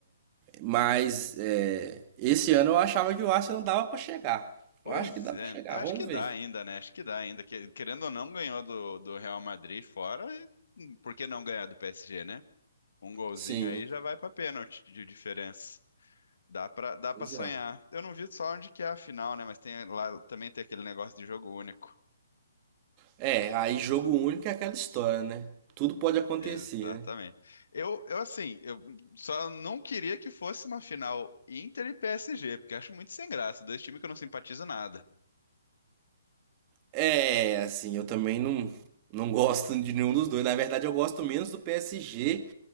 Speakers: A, on the right; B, on the left.
A: Mas é, esse ano eu achava que o Arsenal dava pra chegar.
B: Pois
A: Eu acho que dá
B: é,
A: pra chegar,
B: acho
A: vamos
B: que dá
A: ver.
B: ainda, né? Acho que dá ainda. Que- Querendo ou não, ganhou do, do Real Madrid fora. e hum, Por que não ganhar do PSG, né? Um golzinho
A: Sim,
B: aí já vai pra pênalti de diferença. Dá pra dá
A: pois
B: para sonhar.
A: é.
B: Eu não vi só onde que é a final, né? Mas tem lá também tem aquele negócio de jogo único.
A: É, aí jogo único é aquela história, né? Tudo pode acontecer,
B: Exatamente.
A: né?
B: Eu, eu assim, eu só não queria que fosse uma final Inter e PSG, porque acho muito sem graça. Dois times que eu não simpatizo nada.
A: É, assim, eu também não, não gosto de nenhum dos dois. Na verdade, eu gosto menos do PSG,